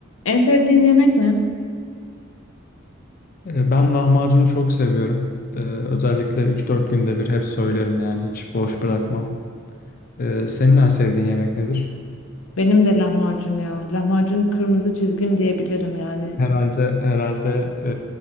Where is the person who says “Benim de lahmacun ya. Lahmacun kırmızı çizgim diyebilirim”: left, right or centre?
Left